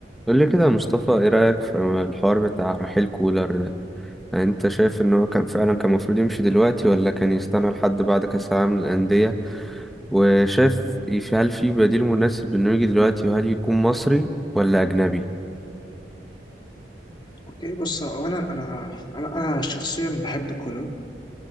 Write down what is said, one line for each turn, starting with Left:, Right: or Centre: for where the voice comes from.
Centre: قول لي كده يا مصطفى ايه رأيك في الحوار بتاع رحيل كولر ده يعني انت شايف ان هو كان فعلا كان المفروض يمشي دلوقتي ولا كان يستنى لحد بعد كأس العالم للأندية وشايف في- هل في بديل مناسب انه يجي دلوقتي وهل يكون مصري ولا أجنبي
Left: اوكي بص هو انا انا انا انا شخصيا بحب كولر